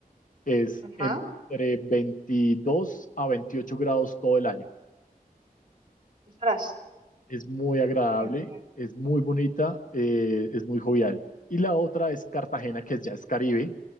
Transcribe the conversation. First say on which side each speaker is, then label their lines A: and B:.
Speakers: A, on the left (about 60°); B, on the right (about 30°).
A: es
B: Ajá.
A: entre 22 a 28 grados todo el año.
B: Ostras.
A: es muy agradable,
B: eh,
A: es muy bonita, eh, es muy jovial. Y la otra es Cartagena, que es- ya es Caribe,